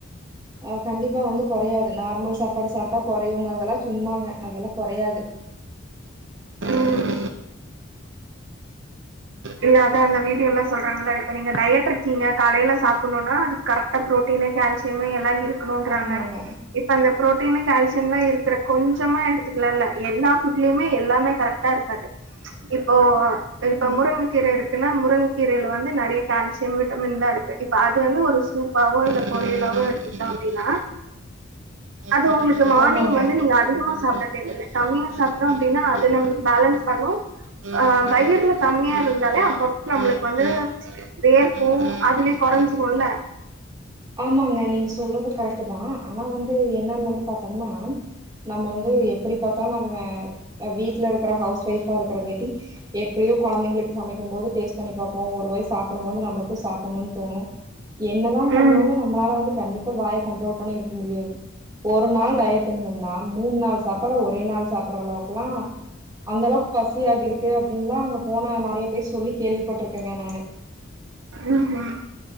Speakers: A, on the right; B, on the right.
A: ஆன் கண்டிப்பா வந்து கொறையாது நார்மல் சாப்பாடு சாப்ட்டா கொறையு ங்கறதெல்லாம் சும்மாங்க அதெல்லாம் கொறையாது
B: ம் இல்ல அது அந்த வீடியோல்லாம் சொல்றாங்கள இப்ப நீங்க டயட் இருக்கீங்க காலையில சாப்புணுனா அது கரெக்டா ப்ரோட்டீனு கால்சியம் எல்லாம் இருக்கு இருக்கணும்ன்றாங்க
A: ஆமாங்க
B: இப்ப அந்த ப்ரோட்டீனு கால்சியம்லாம் இருக்கிற கொஞ்சமா எடுத்துக்கலால எல்லா ஃபுட்லயுமே எல்லாமே கரெக்டா இருக்காது இப்போ இப்ப
A: ம்
B: முருங்க இருக்குன்னா முருங்க கீரயில வந்து நெறய கால்சியம் விட்டமின் தான் இருக்கு இப்ப அது வந்து ஒரு சூப்பாவோ இல்ல பொரியலாவோ எடுத்துகிட்டோம் அப்டின்னா அது உங்களுக்கு மார்னிங்
A: ஆமாங்க
B: வந்து நீங்க அதிகமா சாப்ட கம்மியா சாப்ட்டோம் அப்டின்னா அது நம்மளுக்கு பேலன்ஸ் பண்னும் ஆன் வயிருல கம்மியா இருந்த அப்ப அப்ப நம்மளுக்கு வந்து வேர்க்கும் அதுலே கொறஞ்சிரும்ல
A: ஆமாங்க நீங்க சொல் சொல்றது கரெக்டு தான் ஆனா வந்து வந்து என்னன்னு வந்து பாத்தோம்னா நம்ம வந்து எப்ப எப்டி பார்த்தாலும் நம்ம வீட்ல இருக்ற ஹவுஸ் ஒயிஃபா இருக்கிறங்கட்டி எப்டியோ கொழந்தங்களுக்கு சமக்கும் போது டேஸ்ட் பண்ணி பாப்போம் ஒரு வாய் சாப்டும் போது நம்பளுக்கும் சாப்புணும்னு தோணும் என்னதான் என்ன பண்ணாலும்
B: ம்
A: நம்மளால வந்து கண்டிப்பா வாயை கண்ட்ரோல் பண்ணி இருக்க முடியாது ஒரு நாள் டயட் இருந்தோம்னா மூணு நாள் சாப்பாட ஒரே நாள் சாப்பிடுற அளவுக்கு எல்லாம் அந்த அளவுக்கு பசி ஆகிருக்கு அப்படின்னுல்லாம் அங்க போன நெறைய பேர் சொல்லி கேள்விப்பட்டிருக்கேங்க நானு
B: ம்ஹும்